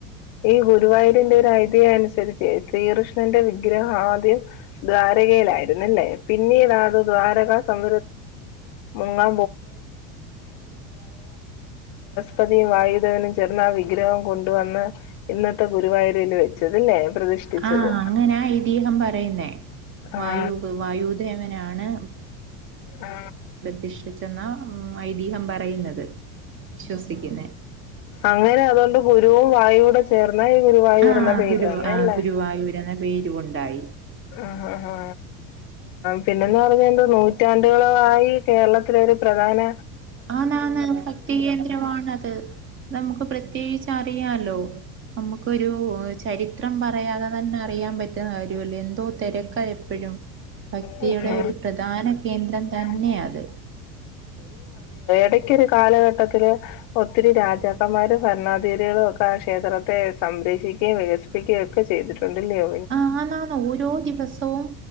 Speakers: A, on the left; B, on the right.
A: ഈഈഗുരുവായൂര്ന്റെ ഒരൈതീഹ്യനുസരിച്ച് സീറ്ഷ്ണന്റവിഗ്രഹവാദ്യം ദ്വാരകേലാര്ന്നല്ലേ പിന്നീടാത് ദ്വാരകാസം ന്നാ <unintelligible> പതീംവായുദേവനും ചേർന്നാ വിഗ്രഹം കൊണ്ടുവന്ന് ഇന്നത്തെ ഗുരുവായൂരില് വെച്ചതില്ലേ പ്രതിഷ്ഠിച്ചത്
B: ആഹ് അങ്ങനാ ഐതിഹ്യം പറയുന്നേ വായു
A: ആ
B: വായുദേവനാണ്
A: ആ
B: ടിച്ചന്നാ ഐതീഹം പറയുന്നത്‌ <inaudible>
A: അങ്ങനാതൊണ്ട് ഗുരുവും വായുവൂടെ ചേർന്നാ ഈ ഗുരുവായൂരെന്ന
B: ആഹ്
A: പേര്
B: ഗുരു
A: വന്നെ
B: ആഹ്
A: ല്ലെ
B: ഗുരുവായൂരെന്ന പേരുമുണ്ടായി
A: ആആആ പിന്നെന്ന്പറഞാന്തുവ നൂറ്റാണ്ടുകളളായി കേരളത്തിലെ രു പ്രദാന
B: ആനാനാന്ന് ഭക്തികേന്ദ്രവാന്നത് നമ്ക്ക് പ്രത്യേകിച്ച് അറിയാലോ അമ്മക്കൊരു ചരിത്രം പറയാത തന്നറിയാമ്പറ്റു ന്നാര്യവല്ലേ ന്തോ തെരക്ക എപ്പഴും ഭക്തിയുടെ
A: ഉം
B: ഒരു പ്രധാന കേന്ദ്രം തന്നെയാത്
A: ഉം അയ്ക്കൊരു കാലഗട്ടത്തില് ഒത്തിരി രാജാക്കമ്മാരും ഭര്ണാദിരികളുക്ക ആ ഷേത്രത്തെ സംരഷിക്യേം വികസിപ്പിക്യേം ക്ക ചെയ്തിട്ടൊ ണ്ടല്ല്യൊ
B: ആന്നാന് ഓരോ ദിവസവും